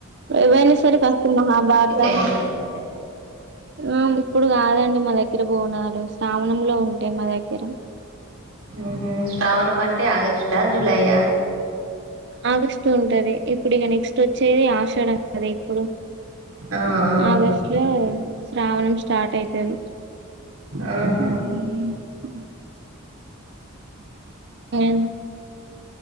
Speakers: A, on the right (about 50°); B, on the right (about 80°).
A: ఏవైనా సరే కాస్త మహాభారతం
B: అయినయా సిస్టర్
A: ఆ ఇప్పుడు కాదండి మా దగ్గర బోనాలు శ్రావణంలో ఉంటాయి మా దగ్గర
B: ఉహూ శ్రావణం అంటే ఆగస్టా జులైయా
A: ఆగిస్తూ ఉంటది ఇప్పుడు ఇక నెక్స్ట్ వచ్చేది ఆశడం అది ఇప్పుడు
B: ఆ ఆ
A: ఆగస్టు లో శ్రావణం స్టార్ట్ అయితది
B: ఆహ
A: హ్మ్ ఏ <unintelligible>